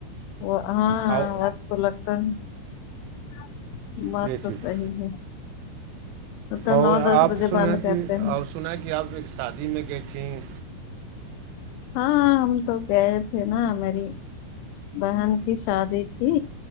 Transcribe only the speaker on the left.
وہ ہاں
تو لگتا نہیں بات
تو
صحی ہے تو
نو دس
بجے
بند کرتے
ہیں
ہاں ہم تو گئے تھے نا میری بہن کی شادی تھی